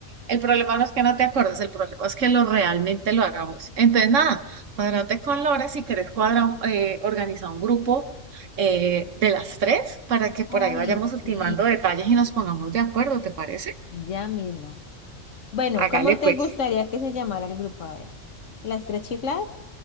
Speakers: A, on the right; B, on the left.
A: el problema no es que no te acuerdes, el problema es que lo realmente lo hagamos. Entonces, nada, cuadrate con Lore si querés cuadra, un- eh, organiza un grupo eh, de las tres para que por
B: Ay,
A: ahí vayamos ultimando
B: sí,
A: detalles y nos pongamos de acuerdo, ¿te parece?
B: ya mismo. Bueno,
A: Hágale
B: ¿cómo te
A: pues.
B: gustaría que se llamara el grupo? A ver, ¿las tres chiflas?